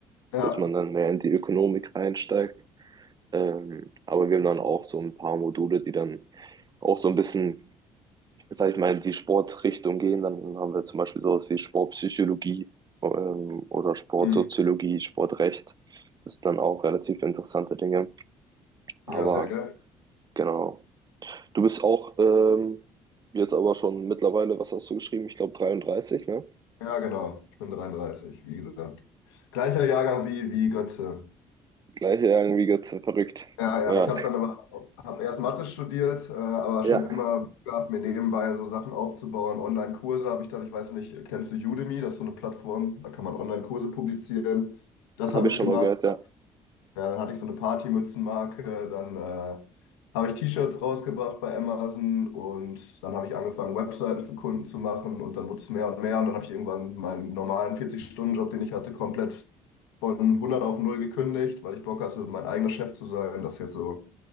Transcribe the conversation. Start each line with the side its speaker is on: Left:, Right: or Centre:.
Left: ja,
Right: dass man dann mehr in die Ökonomik einsteigt. Ähm, aber wir haben dann auch so ein paar Module, die dann auch so ein bisschen, sag ich mal, in die Sportrichtung gehen. Dann haben wir zum Beispiel sowas wie Sportpsychologie, ähm, oder Sportsoziologie,
Left: Hm.
Right: Sportrecht. Das sind dann auch relativ interessante Dinge. Aber
Left: ja, sehr geil.
Right: genau. Du bist auch ähm, jetzt aber schon mittlerweile, was hast du geschrieben? Ich glaube 33, ne?
Left: Ja, genau. Ich bin 33, wie gesagt. Gleicher Jahrgang wie, wie Götze.
Right: Gleich ja irgendwie ganz verrückt.
Left: Ja, ja,
Right: Ja,
Left: ich habe dann aber hab erst Mathe studiert, äh, aber
Right: ja,
Left: schon immer Bock gehabt, mir nebenbei so Sachen aufzubauen. Online-Kurse habe ich dann, ich weiß nicht, kennst du Udemy? Das ist so eine Plattform, da kann man Online-Kurse publizieren. Das
Right: habe
Left: habe
Right: ich
Left: ich
Right: schon
Left: gemacht.
Right: mal gehört, ja.
Left: Ja, dann hatte ich so eine Partymützenmarke, dann äh, habe ich T-Shirts rausgebracht bei Amazon und dann habe ich angefangen, Webseiten für Kunden zu machen und dann wurde es mehr und mehr und dann habe ich irgendwann meinen normalen 40-Stunden-Job, den ich hatte, komplett von 100 auf 0 gekündigt, weil ich Bock hatte, mein eigener Chef zu sein. Das ist jetzt so